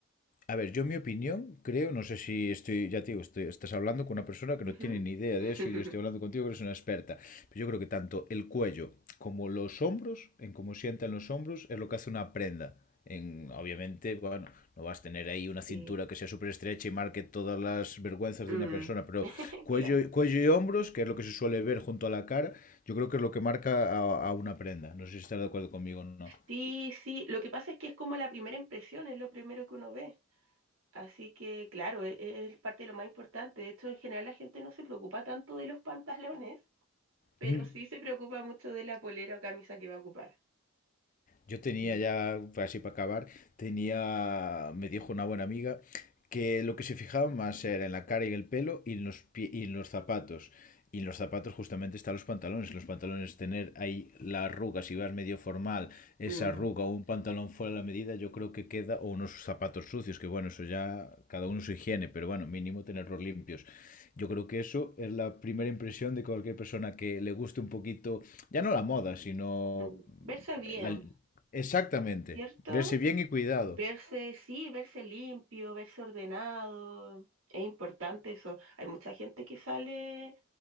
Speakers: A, on the left; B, on the right.
A: A ver, yo en mi opinión creo, no sé si estoy, ya te digo, estoy- estás hablando con una persona que
B: Ujú.
A: no tiene ni idea
B: <laughs>
A: de eso y yo estoy hablando contigo que eres una experta, pero yo creo que tanto el cuello como los hombros, en cómo sientan los hombros, es lo que hace una prenda. En, obviamente, bueno, no vas a tener ahí una cintura
B: Sí.
A: que sea súper estrecha y marque todas las vergüenzas
B: Mm,
A: de una persona, pero
B: <laughs>
A: cuello,
B: claro.
A: cuello y hombros, que es lo que se suele ver junto a la cara, yo creo que es lo que marca a, a una prenda. No sé si estás de acuerdo conmigo o
B: Sí, sí. Lo que pasa es que es como la primera impresión, es lo primero que uno ve. Así que, claro, e- e, es, parte de lo más importante. De hecho, en general la gente no se preocupa tanto de los <laughs> pantalones. pero
A: no.
B: sí se preocupa mucho de la polera o camisa que va a ocupar.
A: Yo tenía
B: Mm.
A: ya, así para acabar, tenía, me dijo una buena amiga que lo que se fijaba más era en la cara y el pelo y en los, pie- y en los zapatos. Y en los zapatos justamente están los pantalones. Los pantalones, tener ahí la arruga, si vas medio formal, esa
B: Mm,
A: arruga o un pantalón fuera de la medida, yo creo que queda, o unos zapatos sucios, que bueno, eso ya cada uno su higiene, pero bueno, mínimo tenerlos limpios. Yo creo que eso es la primera impresión de cualquier persona que le guste un poquito, ya no la moda, sino
B: mm. Verse bien,
A: la, Exactamente.
B: ¿cierto?
A: Verse bien y cuidado.
B: Verse, sí, verse limpio, verse ordenado. Es importante eso. Hay mucha gente que sale